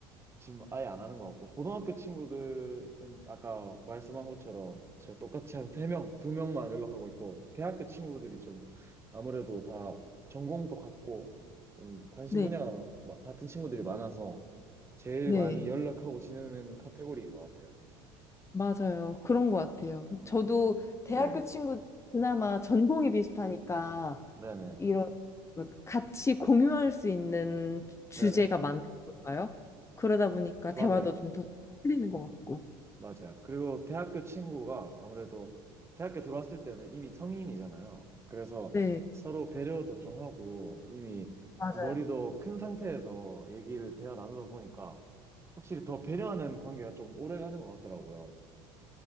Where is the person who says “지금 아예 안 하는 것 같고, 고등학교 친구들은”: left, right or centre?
Right